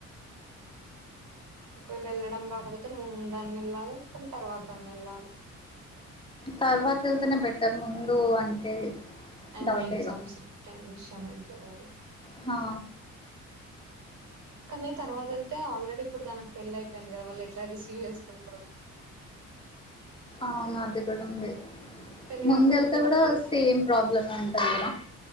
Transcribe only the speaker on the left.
తర్వాతెళ్తేనె బెటర్ ముందు అంటే
డౌటే ఇగ
హా
ఔనదికూడుంది
ముందెళ్తే
గుడా
సేమ్ ప్రాబ్లమే ఉంటది గద